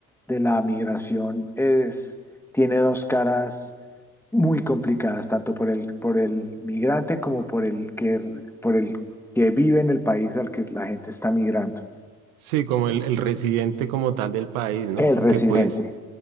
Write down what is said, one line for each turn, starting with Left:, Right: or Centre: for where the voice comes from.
Centre: de la migración es, tiene dos caras muy complicadas, tanto por el, por el migrante como por el que, por el que vive en el país al que la gente está migrando.
Right: sí, como el, el residente como tal del país, ¿no?
Centre: El
Right: Porque
Centre: residente,
Right: pues...